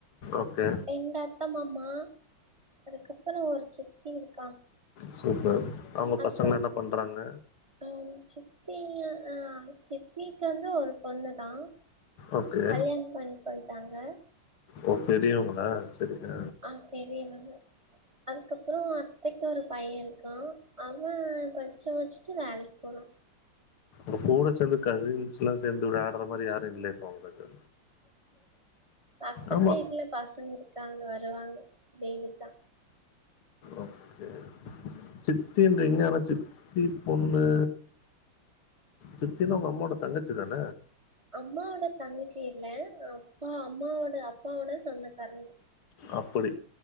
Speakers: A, on the left (about 80°); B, on the right (about 15°).
A: ஓகே
B: ரெண்டு அத்த மாமா அதுக்கப்புறோ ஒரு சித்தி இருக்
A: சூப்பர் அவுங்க
B: அதுக்கப்
A: பசங்கலா என்ன பண்றாங்க
B: அ சித்தி ஆ சித்திக்கு வந்து ஒரு பொண்ணுதா
A: ஓகே.
B: கல்யாணோ பண்ணி போய்ட்டாங்க
A: ஓ பெரியோங்களா செரிங்க
B: ஆ பெரியவங்க அதுக்கப்புறோ அத்தைக்கு ஒரு பைய இருக்கா அவ படிச்சு முடிச்சுட்டு வேலைக் போறா
A: உங்ககூட சேந்து கசின்ஸ்லா சேந்து விளையாட்ற மாரி யாரு இல்ல இப்ப உங்களுக்கு
B: பக்கத்து
A: ஆமா.
B: வீட்ல பசங்க இருக்காங்க வருவாங்க லீவிட்டா
A: ஓகே சித்தின்றீங்க ஆனா சித்தி பொண்ணு சித்தினா உங்க அம்மாவோட தங்கச்சிதான
B: அம்மாவோட தங்கச்சி இல்ல அப்பா அம்மாவோட அப்பாவோட சொந்தக்காரங்க
A: அப்புடி